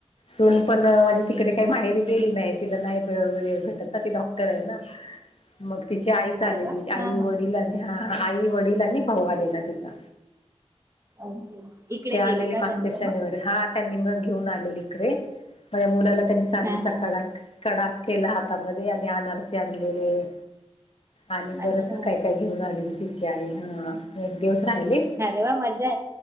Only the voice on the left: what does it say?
सून पण अ माझी तिकडे काही माहेरी गेली नाइ तिला नाही भेटत वेळ ना ती डॉक्टर आये ना मग तिची आईच आलेली
आई
वडील
आणि हा आई वडील आणि भाऊ आलेला तिचा
ते आलेले
मागच्या
शनिवारी
हा त्यांनी मग घेऊन आलेले कडे माया मुलाला त्यांनी चांदीचा
खडा
कडा केला हातामध्ये आणि आनारसे आणलेले आणि बरच
काय काय घेऊन आलेले तीची आई ह एक दिवस राहिले